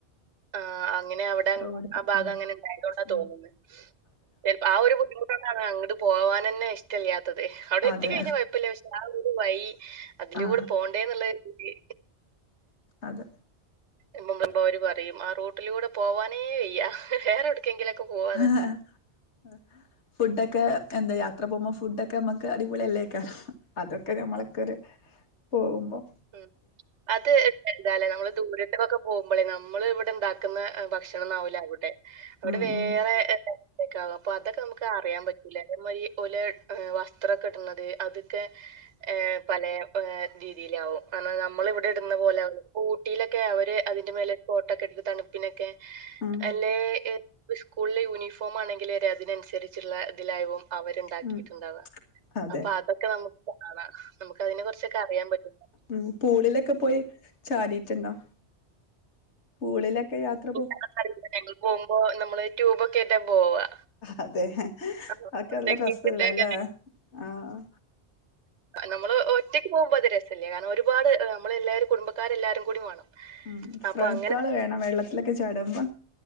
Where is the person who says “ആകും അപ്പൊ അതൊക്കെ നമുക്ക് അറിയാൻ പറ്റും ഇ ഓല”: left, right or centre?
Right